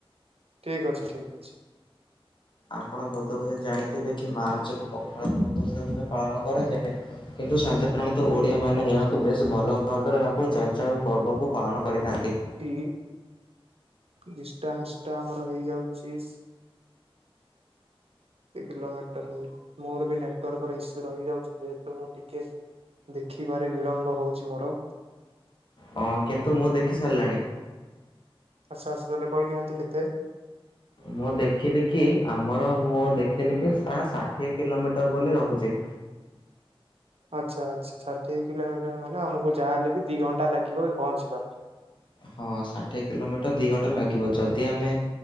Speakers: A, on the right; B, on the left.
A: ଠିକ୍ ଅଛି ଠିକ୍ ଅଛି।
B: ଆପଣ ବୋଧହୁଏ ଜାଣିଥିବେ କି ମାର୍ଚ୍ଚରେ ପଖାଳ ଦିବସ ରୂପେ ପାଳନ କରାଯାଏ? କିନ୍ତୁ ସାଧାରଣତଃ ଓଡ଼ିଆ ମାନେ ଏହାକୁ ବେଶ୍ ଭଲ ଭାବରେ ଏହାକୁ ଚର୍ଚ୍ଚା ଓ ପର୍ବକୁ ପାଳନ କରିଥାନ୍ତି।
A: କି ଡିଷ୍ଟାନ୍ସ୍ ଟା ଆମର ହେଇ ଯାଉଚି ସ୍ <unintelligible> କିଲୋମିଟର୍ ଉଁ ମୋର ବି ନେଟୱାର୍କର ଇସ୍ୟୁ ରହିଯାଉଚି ଯେହେତୁ ମୁଁ ଟିକେ ଦେଖିବାରେ ବିଳମ୍ବ ହଉଚି ମୋର।
B: ହଁ କିନ୍ତୁ ମୁଁ ଦେଖି ସାଲ୍ଲାଣି।
A: ଆଚ୍ଛା ଆଚ୍ଛା ତାହେଲେ କହିଦିଅନ୍ତୁ କେତେ?
B: ମୁଁ ଦେଖିଲି କି ଆମର ମୁଁ ଦେଖିଲି କି ସା ଷାଠିଏ କିଲୋମିଟର୍ ବୋଲି ରହୁଚି।
A: ଆଚ୍ଛା ଆଚ୍ଛା ଷାଠିଏ କିଲୋମିଟର୍ ମାନେ ଆମକୁ ଯା ହେଲେ ବି ଦି ଘଣ୍ଟା ଲାଗିବ ପହଞ୍ଚିବା ପାଇଁ।
B: ହଁ ଷାଠିଏ କିଲୋମିଟର୍ ଦି ଘଣ୍ଟା ଲାଗିବ ଯଦି ଆମେ